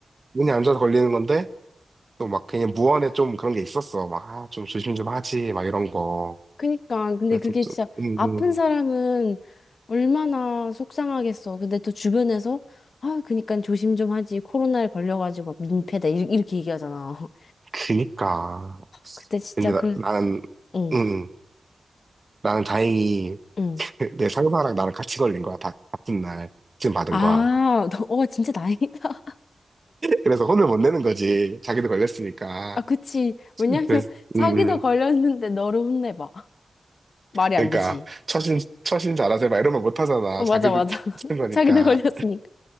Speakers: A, on the right (about 30°); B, on the left (about 55°).
A: 운이 안 좋아서 걸리는 건데, 또 막 그냥 무언에 좀 그런 게 있었어. 막, 아, 좀 조심 좀 하지, 막 이런 거.
B: 그니까 근데
A: 그래서
B: 그게
A: 좀,
B: 진짜
A: 음,
B: 아픈
A: 음.
B: 사람은 얼마나 속상하겠어. 근데 또 주변에서 아 그니까 조심 좀 하지. 코로나에 걸려가지고 막 민폐다 이- 이렇게 얘기하잖아. <laughs>
A: 그니까.
B: 그때 진짜
A: 근데 나,
B: 그
A: 나는,
B: 응.
A: 응, 응. 나는 다행히
B: 응.
A: <laughs> 내 상사랑 나랑 같이 걸린 거야. 다 같은 날 지금 받은
B: 아,
A: 거야.
B: 너, 어, 진짜 다행이다. <laughs>
A: 그래서 혼을 못 내는 거지. 자기도 걸렸으니까.
B: 아, 그치. 왜냐면,
A: 그래서,
B: <laughs> 자기도
A: 음, 음.
B: 걸렸는데 너를 혼내봐. 말이 안
A: 그러니까
B: 되지.
A: 처신, 처신 잘하세요. 막 이런 말 못 하잖아.
B: 어, 맞아,
A: 자기도
B: 맞아.
A: <laughs>
B: <laughs>
A: 그런 거니까.
B: 자기도 걸렸으니까.